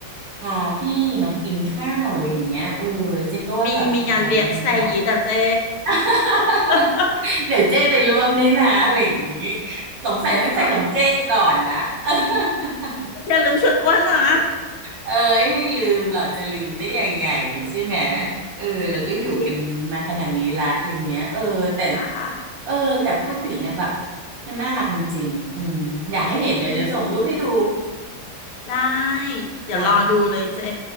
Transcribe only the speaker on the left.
มีมีงานเลี้ยงแซยีแต่เจ๊
<laughs>
เอ้ย
อย่าลืมชวนอ้วนนะ
โอเคค่ะ
อืมได้ เดี๋ยวรอดูเลยเจ๊